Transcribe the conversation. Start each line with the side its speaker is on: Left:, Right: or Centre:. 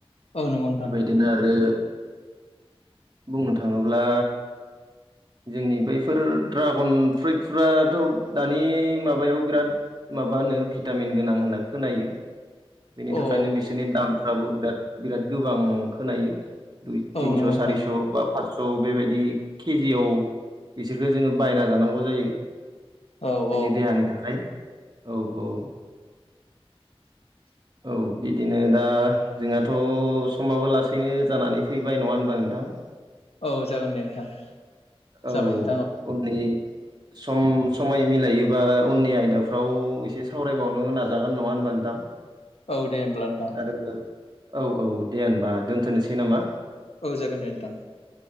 Left: औ नंगौ नोंथां।
Right: बिदिनो आरो बुंनो थाङोब्ला। जोंनि बैफोर ड्रागन फ्रुइटफ्राथ' दानि माबायाव बिराद माब होनो भिटामिन गोनां होनना खोनायो।
Left: अ
Right: बेनि थाखायनो
Left: औ
Right: बिसोरनि दामफ्राबो बिराद बिराद गोबां खोनायो। दुइ
Left: औ
Right: तिनस'
Left: नंगौ नोंथां
Right: सारिस' बा पासस' बेबायदि केजियाव बिसोरखो जोङो बायना जानांगौ जायो।
Left: औ
Right: जोंनि
Left: औ
Right: देहानि थाखाय औ औ
Left: <inaudible>
Right: औ बिदिनो दा जोंहाथ' समाबो लासैनो जानानै फैबाय नङा होनबा नोंथां?
Left: औ जागोन दे नोंथां।
Right: औ
Left: जाबाय नोंथां औ
Right: उनि सम समाय मिलायोबा उननि आयदाफ्राव एसे सावरायबावनो नाजागोन नङा होनबा नोंथां।
Left: औ दे होमब्ला नोंथां।
Right: आरो औ औ दे होनबा दोनथ'नोसै नामा?
Left: औ जागोन दे नोंथां।